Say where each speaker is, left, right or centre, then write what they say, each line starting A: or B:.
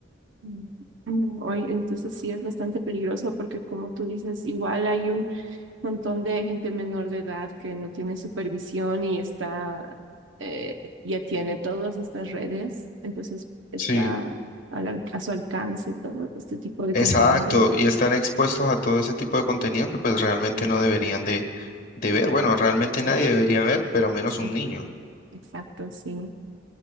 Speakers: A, on the right; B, on the left.
A: Mm. Mm, Oye, entonces sí es bastante peligroso porque como tú dices, igual hay un montón de gente menor de edad que no tiene supervisión y está, eh, ya tiene todas estas redes, entonces está
B: Sí.
A: al al- a su alcance todo este tipo de
B: Exacto,
A: contenido,
B: y están expuestos a todo ese tipo de contenido que pues realmente no deberían de, de ver. Bueno, realmente
A: ¿no?
B: nadie debería ver, pero menos
A: Sí,
B: un niño.
A: exacto, sí,